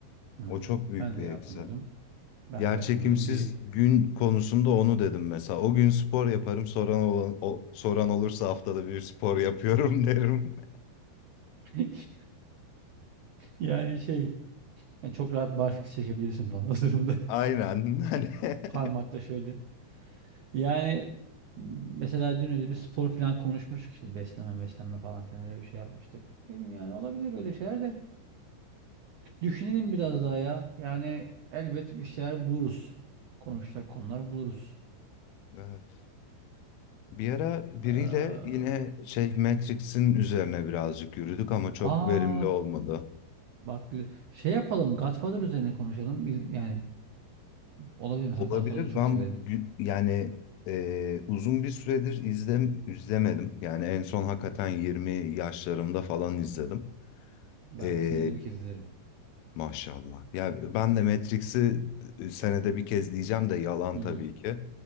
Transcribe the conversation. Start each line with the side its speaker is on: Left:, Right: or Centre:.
Right: Hmm,
Left: O çok büyük
Right: Ben
Left: bir
Right: de yapmıyordum.
Left: eksi.
Right: Ben
Left: Yerçekimsiz
Right: de yapmıyordum. Bir
Left: gün konusunda onu dedim mesela. O gün spor yaparım. Soran olan, o, soran olursa haftada bir spor yapıyorum <laughs> derim.
Right: <laughs> yani şey yani çok rahat barfiks çekebilirsin falan o durumda.
Left: Aynen. Hani
Right: <laughs>
Left: <laughs>
Right: Parmakla şöyle. Yani m- mesela dün öyle bir spor filan konuşmuştuk işte beslenme beslenme falan filan öyle bir şey yapmıştık. Dedim yani olabilir öyle şeyler de. Düşünelim biraz daha ya. Yani elbet bir şeyler buluruz. Konuşacak konular buluruz.
Left: Evet. Bir ara biriyle
Right: Ee,
Left: yine şey Matrix'in üzerine birazcık yürüdük ama çok
Right: aa
Left: verimli olmadı.
Right: bak güzel. Şey yapalım Godfather üzerine konuşalım. Biz- Yani olabilir mesela
Left: Olabilir.
Right: Godfather'ı çok
Left: Ben
Right: severim.
Left: gü- yani e, uzun bir süredir izlem izlemedim. Yani en son hakikaten 20 yaşlarımda falan izledim.
Right: Ben
Left: E,
Right: senede bir kez izlerim.
Left: Maşallah. Ya ben de Matrix'i e, senede bir kez diyeceğim de yalan
Right: Hmm.
Left: tabii ki.